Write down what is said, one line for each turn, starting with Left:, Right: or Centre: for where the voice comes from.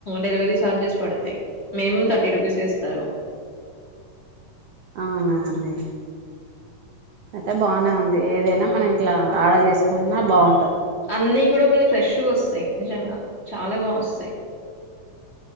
Left: డెలివరీ ఛార్జెస్ పడతాయి మినిమం థర్టీ రూపీస్ వేస్తారు
Right: అవునా అండి అయితే బానే ఉంది ఏదైనా మనం ఇట్లా ఆర్డర్ చేసుకుంటున్నా బాగు
Left: అన్ని కూడా <unintelligible> ఫ్రెష్ వస్తుంది నిజంగా చాలా బాగా వస్తాయి